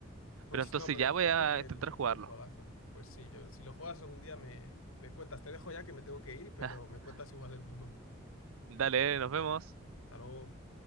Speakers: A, on the left (about 85°); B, on the right (about 80°).
A: Pues
B: Pero entonces
A: no, pero
B: ya
A: el
B: voy
A: Bloodborne,
B: a intentar
A: el Bloodborne
B: jugarlo.
A: es un juegazo. Pues sí, yo, si lo juegas algún día me, me cuentas. Te dejo ya que me tengo que ir, pero
B: <laughs>
A: me cuentas si juegas el Bloodborne.
B: Dale, nos vemos.
A: Hasta luego.